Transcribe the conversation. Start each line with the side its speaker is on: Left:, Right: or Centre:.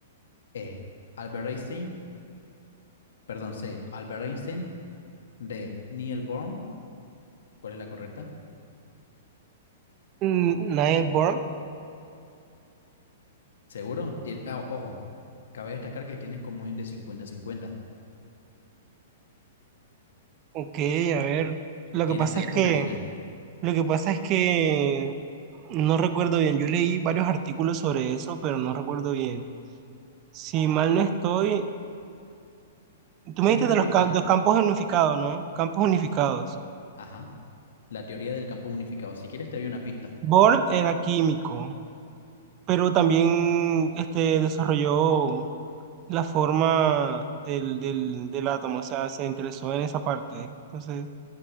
Left: E. Albert Einstein, perdón, C. Albert Einstein. de Neil Bohr. ¿Cuál es la correcta?
Right: Mm, Niall Bohr.
Left: ¿Seguro? Tien- ah, ojo, cabe destacar que tienes comodín de cincuenta-cincuenta.
Right: Ok, a ver. Lo
Left: Tienes
Right: que pasa
Left: tres
Right: es
Left: comodines.
Right: que, lo que pasa es que no recuerdo bien. Yo leí varios artículos sobre eso, pero no recuerdo bien. Si mal no estoy, tú
Left: ¿Quieres
Right: me dijiste
Left: una
Right: de los,
Left: pista?
Right: ca- de los campos unificados, ¿no? Campos unificados.
Left: Ajá. La teoría del campo unificado. Si quieres, te doy una pista.
Right: Bohr era químico. pero también este, desarrolló la forma del, del, del átomo, o sea, se interesó en esa parte. Entonces,